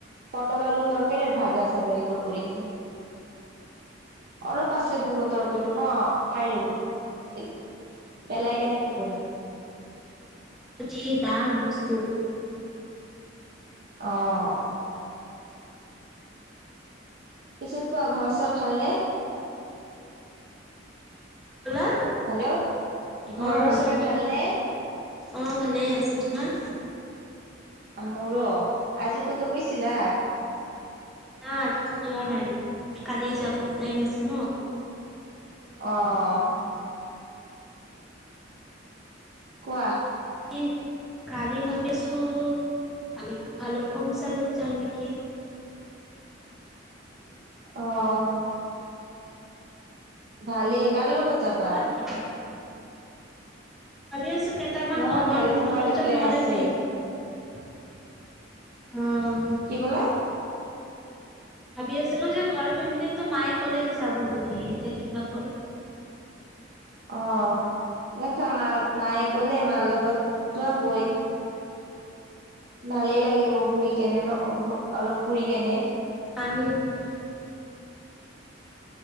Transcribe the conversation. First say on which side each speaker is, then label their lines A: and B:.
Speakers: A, on the right (about 55°); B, in the centre.
A: পটল, আলু তৰকাৰী ভাজা আছে। চাগে এইবোৰ কৰিছে। অলপ আছিল বুটৰ তৰ এইটো ন'? খাই ললোঁ, এ পেলাই কেনে কি কৰিম।
B: যি দাম বস্তুৰ।
A: অ'! পিছত কোৱা ঘৰ চৰ ভালনে?
B: কি ক'লা?
A: হেল্ল' ঘৰৰ
B: অ'! হেল্ল'!
A: চবে ভালনে
B: অ'! ভালেই আছোঁ। তোমাৰ?
A: মোৰো আজি ক'তো গৈছিলা?
B: নাই, আজিতো যোৱা নাই। কালি যাব প্লেইন আছে ন?
A: অ'! কোৱা?
B: <unintelligible> কালি ভাবিছোঁ! আমি ভালুক পুং চাইডত যাম নেকি।
A: <inaudible> অ'! ভালেই। কাৰ লগত যাবা?
B: নেকি তুমি ভাবি আছোঁ, কেইটামান
A: নহয়
B: লগৰ
A: কালিতো মোৰ
B: লগত
A: এটা
B: যাম
A: প্লেন
B: নহ'লে
A: আছেই
B: <unintelligible> অ
A: কি ক'লে?
B: ভাবি আছিলোঁ! যে ঘৰৰ ফেমিলিতো মায়ে ক'লে যে যাব বুলি, এতিয়া কিবা কৰে?
A: অ'! <unintelligible> মা মায়ে ক'লে মাৰ লগত যোৱা গৈ ভালেই লাগিব বহি কেনে ন'। অলপ ফুৰি কেনে।
B: <unintelligible>